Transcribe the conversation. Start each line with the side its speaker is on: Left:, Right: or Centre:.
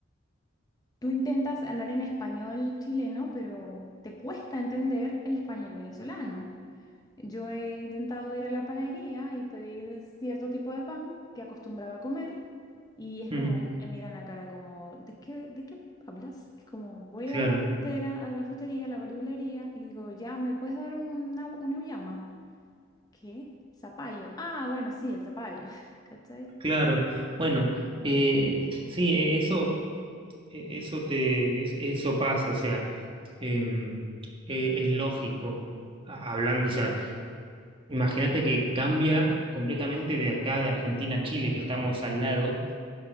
Left: tú intentas hablar en español chileno, pero te cuesta entender el español venezolano. Yo he intentado ir a la panadería y pedir cierto tipo de pan que acostumbraba a comer y es
Right: Mm,
Left: como, me miran la cara como, ¿de qué, de qué hablas? Es como, voy
Right: claro,
Left: a la frutera, a la frutería, a la verdulería y digo, ya, ¿me puedes dar una, una auyama? ¿Qué? Zapallo. Ah, bueno, sí, el zapallo. <laughs> ¿Cachai?
Right: claro. Bueno, eh, sí, e- eso, e- eso te, es- eso pasa, o sea, em, eh, es lógico, a- hablando, o sea, imagínate que cambia completamente de acá, de Argentina a Chile, que estamos al lado.